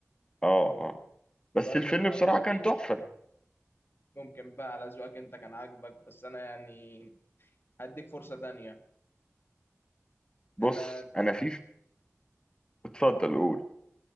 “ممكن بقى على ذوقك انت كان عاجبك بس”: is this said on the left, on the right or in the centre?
Left